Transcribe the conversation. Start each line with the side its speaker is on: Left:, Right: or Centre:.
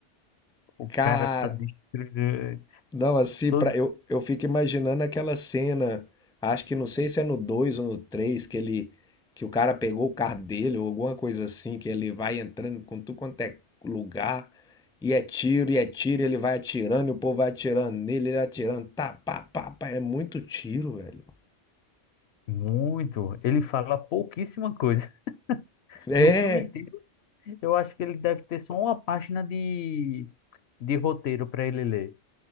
Left: o
Centre: Cara,
Left: cara tá destruindo
Centre: não, assim,
Left: todo
Centre: pra, eu, eu fico imaginando aquela cena, acho que não sei se é no 2 ou no 3 que ele, que o cara pegou o carro dele ou alguma coisa assim, que ele vai entrando com tudo quanto é lugar, e é tiro, e é tiro, e ele vai atirando, e o povo vai atirando nele, ele atirando, tá, pá, pá, pá, é muito tiro, velho.
Left: muito. Ele fala pouquíssima coisa. <laughs>
Centre: É.
Left: No filme inteiro, eu acho que ele deve ter só uma página de, de roteiro para ele ler.